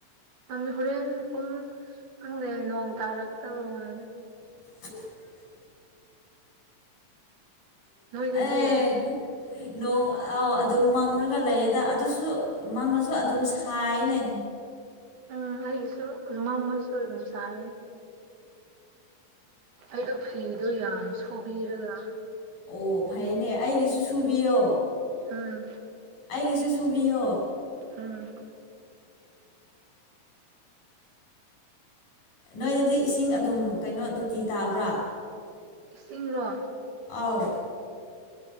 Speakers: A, on the right; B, on the left.
A: ꯃꯥ ꯃꯤ ꯍꯣꯔꯦꯟ ꯄꯨꯡ ꯈꯪꯗꯦ ꯅꯣꯡ ꯇꯥꯔꯒꯗꯕ ꯉꯥꯦ
B: <inaudible>
A: ꯅꯣꯏꯗꯗꯤ
B: ꯑꯦ ꯅꯣꯡ ꯑꯥꯎ ꯑꯗꯨꯝ ꯃꯪꯉꯒ ꯂꯩꯌꯦꯗ ꯑꯗꯨꯁꯨ ꯃꯪꯉꯁꯨ ꯑꯗꯨꯝ ꯁꯥꯏꯅꯦ
A: ꯎꯝ ꯑꯩꯁꯨ ꯃꯃꯁꯨ ꯑꯗꯨꯝ ꯁꯥꯏ ꯑꯩꯗꯣ ꯐꯤꯗꯣ ꯌꯥꯝ ꯁꯨꯕꯤꯔꯒ
B: ꯑꯣ ꯐꯩꯅꯦ ꯑꯩꯒꯤꯁꯨ ꯁꯨꯕꯤꯌꯣ
A: ꯑꯥ
B: ꯑꯩꯒꯤꯁꯨ ꯁꯨꯕꯤꯌꯣ
A: ꯎꯝ
B: ꯅꯣꯏꯗꯗꯤ ꯏꯁꯤꯡ ꯑꯗꯨꯝ ꯀꯩꯅꯣ ꯇꯣꯇꯤ ꯇꯥꯕ꯭ꯔꯥ
A: ꯏꯁꯤꯡꯔꯣ
B: ꯑꯥꯎ